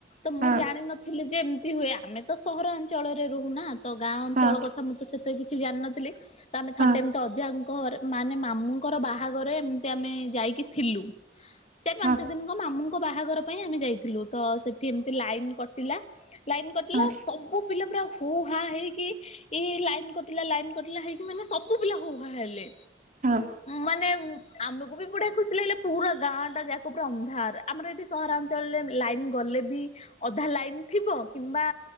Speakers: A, on the left; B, on the right.
A: ତ ମୁଁ
B: ହଁ
A: ଜାଣିନଥିଲି ଯେ ଏମିତି ହୁଏ ଆମେ ତ ସହରାଞ୍ଚଳରେ ରହୁନା। ତ ଗାଁ ଅଞ୍ଚଳ
B: ହଁ
A: କଥା ମୁଁ ତ ସେତେ କିଛି ଜାଣିନଥିଲି। ତ ଆମେ
B: ହଁ
A: ଥରଟେ ଏମିତି ଅଜାଙ୍କର ମାନେ ମାମୁଁଙ୍କର ବାହାଘରେ ଏମିତି ଆମେ ଯାଇକି ଥିଲୁ। ଚାରି ପାଞ୍ଚ
B: ହଁ
A: ଦିନଙ୍କ ମାମୁଙ୍କ ବାହାଘର ପାଇଁ ଆମେ ଯାଇଥିଲୁ ତ ସେ ଏଠି ଏମତି ଲାଇନ କଟିଲା ଲାଇନ କଟିଲା
B: ହଁ
A: ସବୁ ପିଲା ପୁରା ହୋ ହା ହେଇକି ଏଇ ଲାଇନ କଟିଲା ଲାଇନ କଟିଲା ହେଇ ମାନେ ସବୁ ପିଲା ହୋହା ହେଲେ
B: ହଁ।
A: ମାନେ ଆମକୁ ବି ବୁଢିଆ ଖୁସି ଲାଗିଲା ପୁରା ଗାଁ ଟା ଯାକ ପୁର ଅନ୍ଧାର ଆମର ଏଇଠି ସହରାଞ୍ଚଳରେ ଲାଇନ୍ ଗଲେ ବି ଅଧା ଲାଇନ ଥିବ କିମ୍ବା